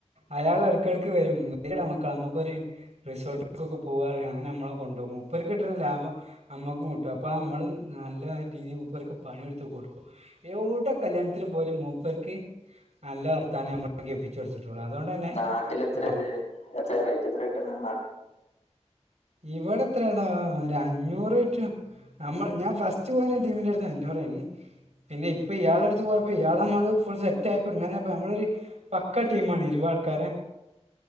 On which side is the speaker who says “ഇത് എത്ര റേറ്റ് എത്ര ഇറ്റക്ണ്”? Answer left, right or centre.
Left